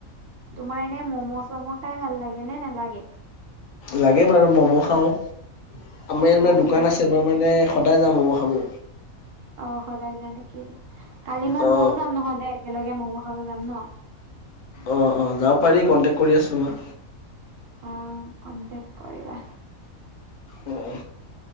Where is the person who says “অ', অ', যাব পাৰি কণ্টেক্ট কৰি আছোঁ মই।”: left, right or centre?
Left